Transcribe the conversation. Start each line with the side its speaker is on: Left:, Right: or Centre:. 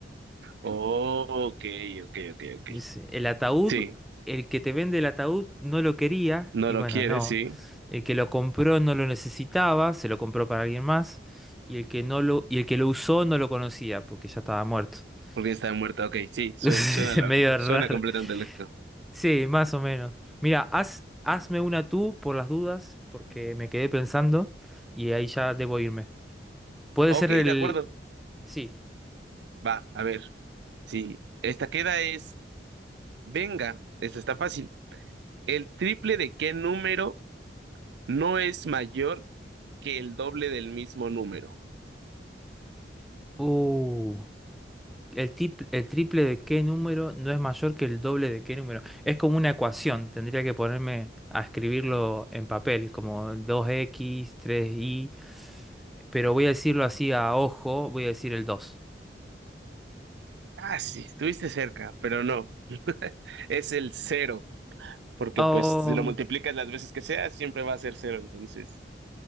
Right: Oh, ok, ok, ok, ok.
Centre: Dice, el ataúd,
Right: Sí,
Centre: el que te vende el ataúd no lo quería,
Right: no
Centre: y
Right: lo
Centre: bueno,
Right: quiere,
Centre: no.
Right: sí,
Centre: El que lo compró no lo necesitaba, se lo compró para alguien más, y el que no lo, y el que lo usó no lo conocía, porque ya estaba muerto. <laughs>
Right: porque está muerta. Ok, sí, suena,
Centre: Es
Right: suena lógico,
Centre: medio raro.
Right: suena completamente lógico.
Centre: Sí, más o menos. Mira, haz, hazme una tú por las dudas, porque me quedé pensando, y ahí ya debo irme. Puede
Right: Ok,
Centre: ser el.
Right: de acuerdo.
Centre: Sí.
Right: Va, a ver. Sí, esta queda es, venga, esta está fácil. ¿El triple de qué número no es mayor que el doble del mismo número?
Centre: Uh. El, tip- el triple de qué número no es mayor que el doble de qué número. Es como una ecuación. Tendría que ponerme a escribirlo en papel, como dos x tres y Pero voy a decirlo así a ojo, voy a decir el 2.
Right: Ah, sí, estuviste cerca, pero no. <laughs> Es el cero. porque
Centre: Oh.
Right: pues si lo multiplicas las veces que sea, siempre va a ser cero, entonces.